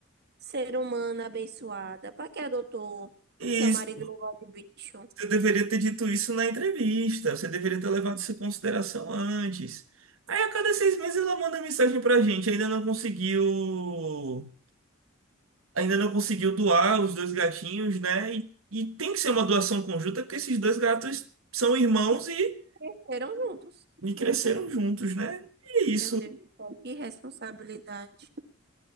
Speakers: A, on the right (about 55°); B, on the right (about 85°).
A: ser humano abençoada, pra que adotou
B: isso.
A: seu marido não gosta de bicho?
B: Você deveria ter dito isso na entrevista. Você deveria ter levado isso em consideração antes. Aí a cada seis meses ela manda mensagem pra gente. Ainda não conseguiu. Ainda não conseguiu doar os dois gatinhos, né? E, e tem que ser uma doação conjunta, porque esses dois gatos são irmãos e,
A: Cresceram juntos.
B: e cresceram juntos, né? E é isso.
A: Meu Deus, do céu, que responsabilidade.